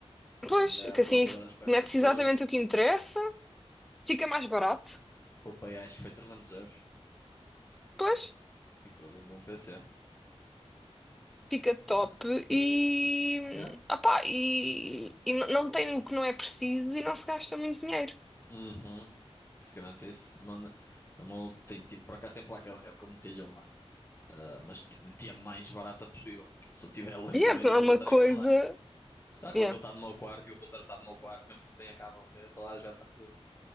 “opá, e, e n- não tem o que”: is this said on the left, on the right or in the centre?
Centre